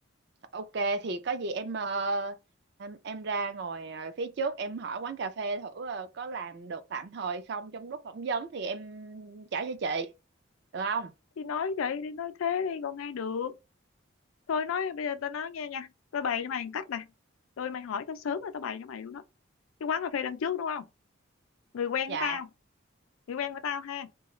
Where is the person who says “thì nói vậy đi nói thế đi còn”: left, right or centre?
Left